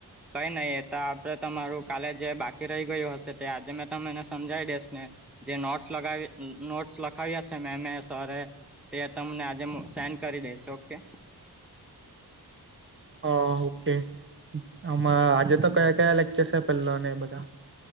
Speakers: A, in the centre; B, on the right.
A: કઈ નહી એ તો આપડે તમારું કાલે જે બાકી રહી ગયું હશે તે આજે મેં તમ એને સમજાવી દેસ ને. જે નોટ્સ લગાવી નોટ્સ લખાવી હસે એ મે મે. સર એ તે તમને આજે મુ સેન્ડ કરી દઈસ ઓકે
B: હ ઓકે. અમાં આજે તો કયા કયા લેક્ચર્સ સે પહેલોને એ બધા.